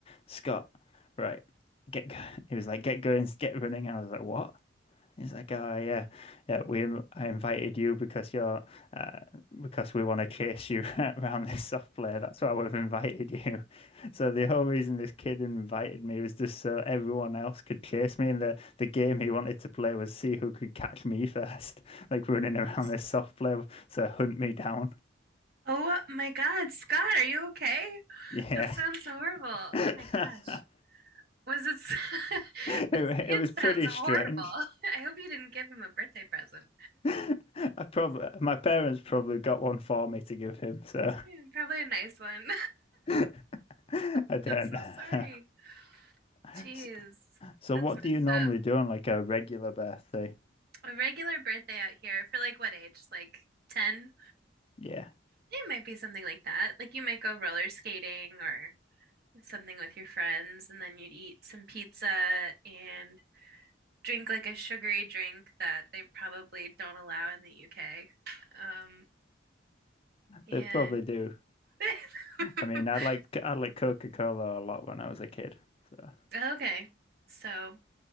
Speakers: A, on the left; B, on the right.
A: Scott, right, get, go-" <laughs> he was like, get going, get running. And I was like, what? He's like, oh yeah, yeah. We I invited you because you're uh, because we want to chase you <laughs> around this soft play. That's why we've invited you. <laughs> So the whole reason this kid invited me was just so everyone else could chase me, and the the game he wanted to play was see who could catch me <laughs> first, like running
B: <laughs>
A: around this soft play so hunt me down.
B: Oh my God, Scott, are you okay?
A: Yeah,
B: That sounds horrible.
A: <laughs>
B: Oh my gosh.
A: it
B: Was it s- <laughs>
A: it
B: this kid
A: was pretty
B: sounds horrible.
A: strange.
B: <laughs> I hope you didn't give him a birthday present.
A: <laughs> I probably my parents probably got one for me to give him, so.
B: Yeah, Probably a nice one.
A: <laughs> <laughs> I
B: <laughs>
A: don't
B: I'm so
A: know.
B: sorry.
A: <laughs>
B: Jeez,
A: S- So
B: that's
A: what
B: messed
A: do you normally
B: up.
A: do on like a regular birthday?
B: A regular birthday out here for like what age? Like 10?
A: Yeah,
B: It might be something like that. Like you might go roller skating or something with your friends, and then you'd eat some pizza and drink like a sugary drink that they probably don't allow in the UK. Um, and
A: they probably do.
B: <laughs>
A: I mean, I like I like Coca-Cola a lot when I was a kid. So
B: okay, so